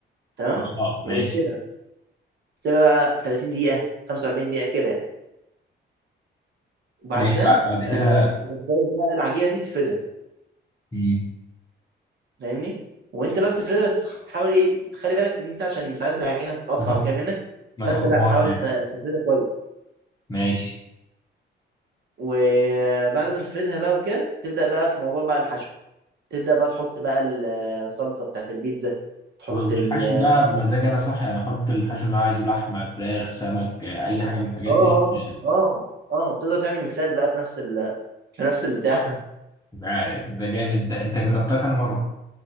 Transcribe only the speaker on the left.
اه ماشي
ماشي بعد, بعد كده
مم.
ما تخ...
ما
تخرجهاش
يعني
ماشي
و- والحشو
ده بمزاج انا صح يعني احط الحشو اللي انا عايزه لحمه فراخ سمك آه، اي حاجه من الحاجات
دي شغال.
ده ده جامد انت انت جربتها كام مره